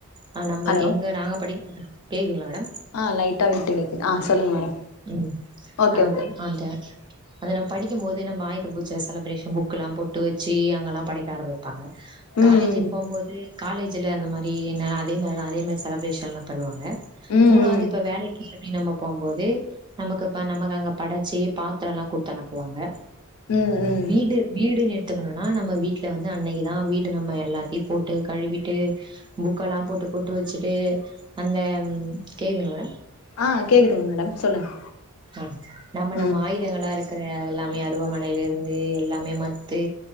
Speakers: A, on the right (about 20°); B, on the left (about 75°).
A: ஆ நம்ம
B: ஹலோ
A: எங்க நாங்க படிக்கும்போது கேக்குதுங்களா மேடம்
B: ஆ லைட்டா விட்டு கேக்குது ஆ சொல்லுங்க மேடம்
A: ம்
B: ஓகே
A: அதா
B: ஓகே
A: மேடம் அஅந்த அத நம் படிக்கும் போது நம்ம ஆயுத்த பூஜ செலிப்ரேஷ புக் எல்லா போட்டு வச்சு அங்கெல்லா படைக்க ஆரம்பிப்பாங்க காலேஜின்
B: ம்
A: போம்போது காலேஜ்ல அந்த மாரி என்ன அதே மா அதே மாரி செலப்ரேஷன் எல்லா பண்ணுவாங்க
B: ம் ம்
A: மூணாவுது இப்ப வேலைக்கி இல்லாட்டி நம்ம போம்போதே நமக்குப்ப நமக்கு அங்க படச்சு பாத்திரோ எல்லா கொட்த்து அனுப்புவாங்க
B: ம் ம் ம்.
A: வீட்டு வீடுன்னு எடுத்துக்கணுனா நம்ம வீட்டுல வந்து அன்னைக்குதா வீடு நம்ம எல்லா சி போட்டு கழுவிட்டு புக்கல்லா போட்டு பொட்டு வச்சு டு அந்த கேக்குதுங்கள
B: ஆ கேக்குதுங்க மேடம் சொல்லுங்க
A: ஆ நம்ம நம்ம
B: ம்
A: ஆயுதங்களா இருக் க்கற எல்லாமே அருவாமனைல இருந்து எல்லாமே மத்து